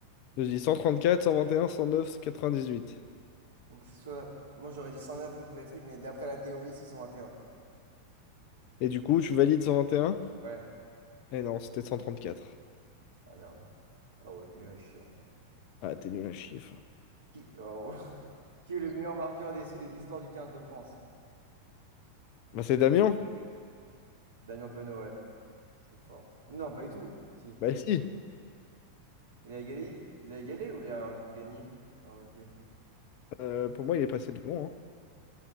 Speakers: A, on the left (about 45°); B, on the right (about 70°).
A: Je dis 134, 121, 109, 98.
B: Donc c'est soit... Moi, j'aurais dit 109 de premier truc, mais d'après la théorie, c'est 121.
A: Et un, cent neuf, quatre-vingt-dix-huit. Et du coup, tu valides 121?
B: Ouais.
A: Eh non, c'était 134.
B: Ah merde. Ah ouais, nul à chier, en fait.
A: Ah, t'es nul à chiffre.
B: Qui, oh, <laughs> qui est le meilleur marqueur d'essai de l'histoire du 15 de France?
A: Bah, c'est Damien?
B: Damien Penaud, ouais. C'est fort. Non, pas du tout. Si.
A: Bah, si.
B: Il a égalé, il a égalé ou il a gagné? Je me rappelle plus.
A: Euh, pour moi, il est passé devant. hein.